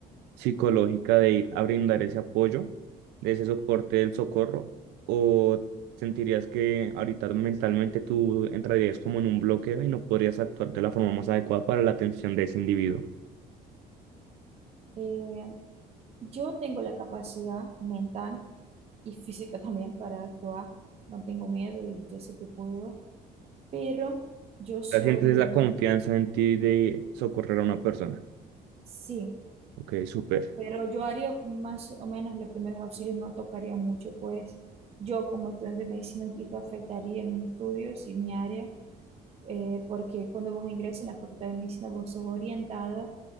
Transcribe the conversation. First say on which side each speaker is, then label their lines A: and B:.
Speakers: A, on the right; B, on the right.
A: psicológica de ir a brindar ese apoyo, de ese soporte del socorro, o sentirías que ahorita mentalmente tú entrarías como en un bloqueo y no podrías actuar de la forma más adecuada para la atención de ese individuo.
B: Eh, yo tengo la capacidad mental y física también para actuar. No tengo miedo y yo sé que puedo, pero yo soy,
A: La gente es la confianza en ti de socorrer a una persona.
B: sí,
A: Ok, súper.
B: pero yo haría más o menos los primeros auxilios, no tocaría mucho, pues yo como estudiante de medicina esto afectaría mis estudios y mi área, eh, porque cuando vos ingreses en la facultad de medicina vos sos orientada